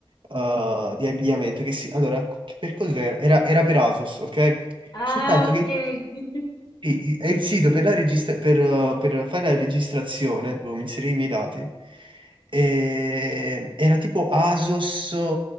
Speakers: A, on the right; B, on the left.
A: eh, di abbigliamento. Che si, allora, che- per cos'era? Era, era per ASOS, ok?
B: Ah,
A: Soltanto
B: ok.
A: che
B: <laughs>
A: i- i- è il sito per, la registra- per, eh, per fare la registrazione, dovevo inserire i miei dati. E era tipo ASOS